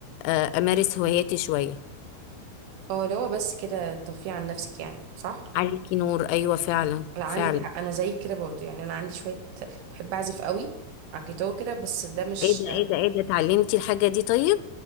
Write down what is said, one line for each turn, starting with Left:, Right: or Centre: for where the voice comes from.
Left: آه، امارس هواياتي شويه
Right: اه لو بس كده ترفيه عن نفسك يعني صح
Left: عليكي نور ايوه فعلا
Right: لا عندك
Left: فعلا
Right: حق انا زيك كده برضه يعني انا عندي شويه بحب اعزف قوي على الجيتار كده بس ده مش
Left: ايه ده ايه ده ايه ده اتعلمتي الحاجه دي طيب